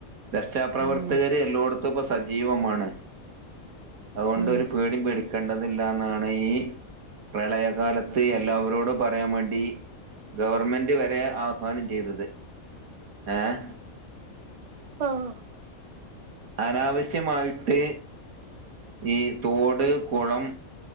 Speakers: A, on the right; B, on the right.
A: രക്ഷാപ്രവർത്തകര്
B: ഉം
A: എല്ലോടത്തും ഇപ്പൊ സജീവമാണ്. അതുകൊണ്ട്
B: ഉം
A: ഒരു പേടി പേടിക്കേണ്ടതില്ലന്നാണ് ഈ പ്രളയകാലത്ത് എല്ലാവരോടും പറയാൻ വേണ്ടി ഗവർമെന്റ് വരെ ആഹ്വാനം ചെയ്തത് ഏഹ്
B: ആഹ്
A: അനാവശ്യമായിട്ട് ഈ തോട് കുളം